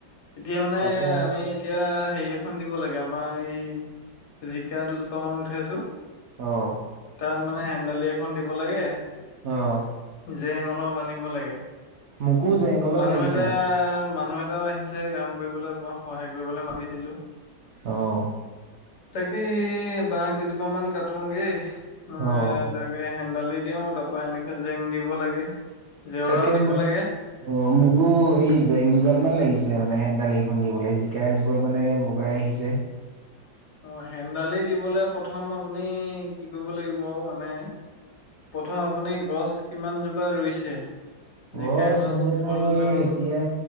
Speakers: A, on the left; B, on the right.
A: এতিয়া মানে
B: তাৰপা
A: আমি এতিয়া হেৰি এখন দিব লাগে আমাৰ এই জিকা দুজোপা মান উঠাইছো
B: অ',
A: তাত মানে হেন্দালি এখন দিব লাগে
B: অ',
A: জেং অলপ আনিব লাগে
B: মোকো জেং অলপ
A: মানুহ
B: লাগিছিলে
A: এটা মানুহ এটাও আহিছে কাম কৰিবলৈ কাত সহায় কৰিবলৈ মাতিছিলো
B: অঁ
A: তাকে স বাহ কেইজোপা মান কটোগে উ
B: অ',
A: তাকে হেন্দালি দিও তাৰ পৰাা এনেকে জেং দিব লাগে জেওৰাও
B: তাকে
A: দিব লাগে
B: অ মোকো এই জ দুডাল মান লাগিছিলে মানে হেডাল এইখন দিবলৈ জিকা জোপৰ মানে লগগাই আহিছে
A: অ হেন্দালি দিবলে প্ৰথম আপুনি কি কৰিব লাগিব মানে প্ৰথম আপুনি গছ কিমান জোপা ৰুইছে
B: বচ
A: জিকা গছ,
B: মোৰ
A: ভোল গছ
B: এতিয়া